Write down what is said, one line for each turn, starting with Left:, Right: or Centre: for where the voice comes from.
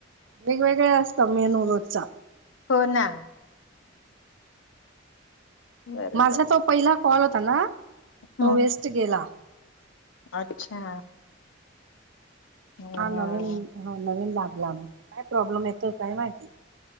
Right: वेगवेगळ्या असतं मेनू रोजचा.
Left: हो ना. बरोबर
Right: माझा तो पहिला कॉल होता. हॅलो!
Left: हम्म
Right: तो वेस्ट गेला.
Left: अच्छा! हम्म
Right: हा नवीन हो नवीन लाग लांब काय प्रॉब्लेम येतोय काय माहिती